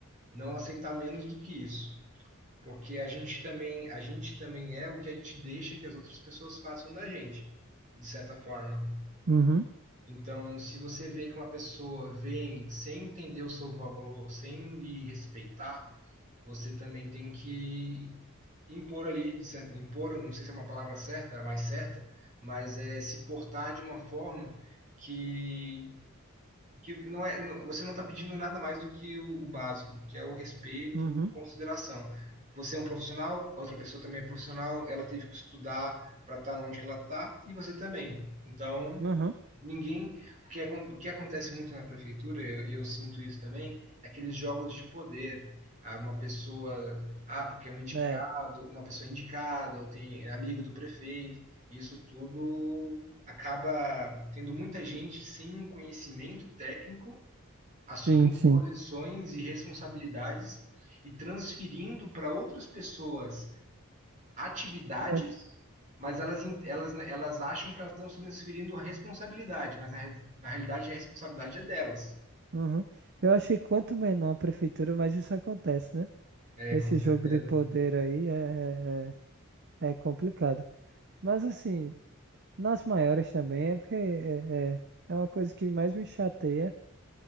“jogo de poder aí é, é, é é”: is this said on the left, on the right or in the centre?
Right